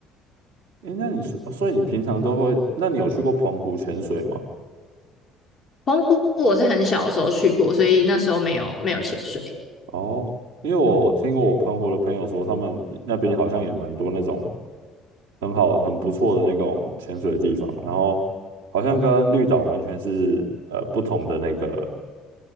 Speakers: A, on the right; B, on the left.
A: 诶，那你说，所以你平常都会，那你有去过澎湖潜水吗？
B: 澎湖我是很小的时候去过，所以那时候没有没有潜水。
A: 哦，因为我听过我澎湖的朋友说，他们那边好像也蛮多那种很好、很不错的那种潜水的地方，然后好像跟绿岛完全是呃不同的那个